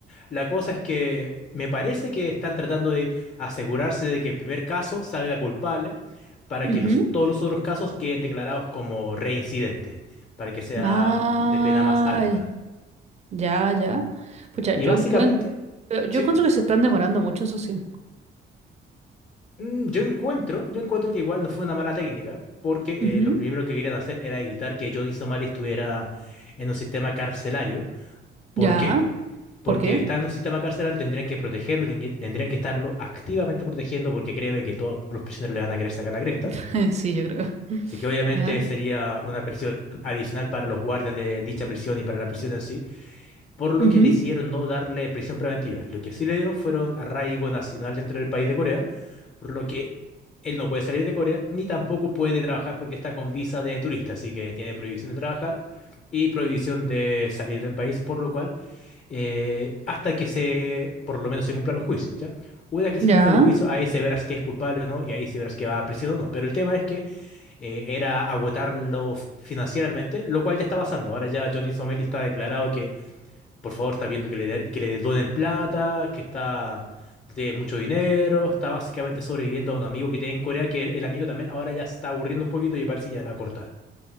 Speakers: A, on the left; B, on the right.
A: La cosa es que me parece que están tratando de asegurarse de que el primer caso salga culpable para
B: ujú.
A: que los, todos los otros casos queden declarados como reincidente, para que sea
B: Ah,
A: de pena más alta.
B: ya, ya. Pucha,
A: Y
B: yo
A: básicamente...
B: encuentro. Pero Yo
A: sí
B: encuentro que se están demorando mucho, eso sí.
A: Mm, Yo encuentro, yo encuentro que igual no fue una mala técnica, porque
B: Ujú.
A: eh, lo primero que querían hacer era evitar que Johnny Somalia estuviera en un sistema carcelario.
B: Ya.
A: ¿Por qué? Porque
B: ¿Por qué?
A: está en un sistema carcelario, tendrían que protegerlo, ten- tendrían que estarlo activamente protegiendo, porque créeme que todos los prisioneros le van a querer sacar la cresta.
B: <laughs> Sí, yo creo.
A: Así que obviamente
B: Ya.
A: sería una presión adicional para los guardias de dicha prisión y para la prisión en sí por lo
B: Ujú.
A: que decidieron no darle prisión preventiva. Lo que sí le dieron fueron arraigo nacional dentro del país de Corea, por lo que él no puede salir de Corea ni tampoco puede trabajar porque está con visa de turista, así que tiene prohibición de trabajar y prohibición de salir del país, por lo cual, eh, hasta que se, por lo menos se cumplan los juicios, ¿ya? Una vez que
B: Ya.
A: se cumplan los juicios, ahí se verás que es culpable o no, y ahí se verás que va a prisión o no. Pero el tema es que eh, era agotarlo f- financieramente, lo cual ya está pasando. Ahora ya Johnny Somel está declarado que por favor, está viendo que le, de- que le donen plata, que está, no tiene mucho dinero, está básicamente sobreviviendo a un amigo que tiene en Corea, que el, el amigo también ahora ya se está aburriendo un poquito y parece que ya la va a cortar.